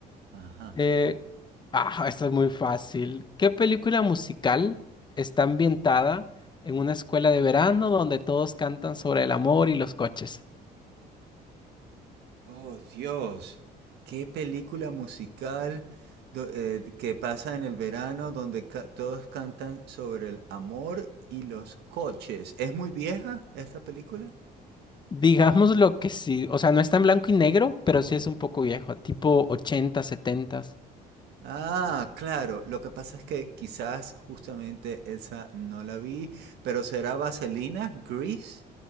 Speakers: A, on the right; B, on the left.
A: ajá.
B: Eh, ah, esta es muy fácil. ¿Qué película musical está ambientada en una escuela de verano donde todos cantan sobre el amor y los coches?
A: Oh, Dios. Qué película musical do- eh, que pasa en el verano donde ca- todos cantan sobre el amor y los coches. ¿Es muy vieja esta película?
B: Digamos lo que sí, o sea, no está en blanco y negro, pero sí es un poco viejo, tipo 80, 70.
A: Ah, claro. Lo que pasa es que quizás justamente esa no la vi, pero ¿será Vaselina? ¿Grease?